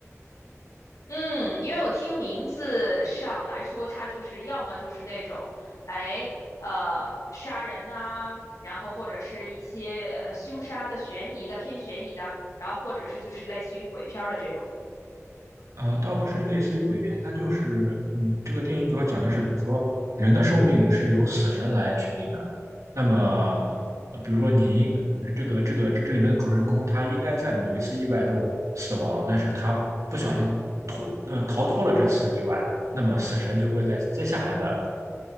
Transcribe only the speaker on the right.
呃，倒不是类似于鬼片，它就是，嗯，这个电影主要讲的是，比如说人的寿命是由死神来确定的。那么，呃比如说你应这个这个这里面的主人公，他应该在某一次意外中死亡，但是他不小心脱呃逃脱了这次意外，那么死神就会在接下来的